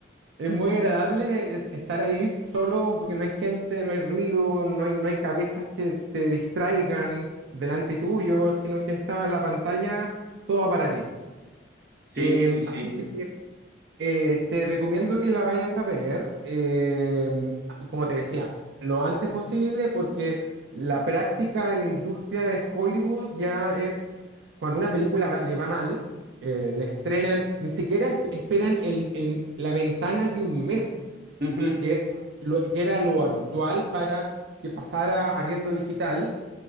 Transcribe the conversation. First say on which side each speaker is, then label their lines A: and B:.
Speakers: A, on the right (about 80°); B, on the right (about 60°).
A: es muy agradable es- estar ahí solo porque no hay gente, no hay ruido, no hay, no hay cabezas que te distraigan delante tuyo, sino que está la pantalla toda para ti.
B: Sí,
A: Eh,
B: sí, sí.
A: así que eh, te recomiendo que la vayas a ver, eh, como te decía, lo antes posible porque la práctica de la industria de Hollywood ya es cuando una película va- le va mal, eh, la estrenan, ni siquiera esp- esperan el- el- la ventana de un mes
B: Ujú.
A: que es lo, que era lo habitual para que pasara a arriendo digital,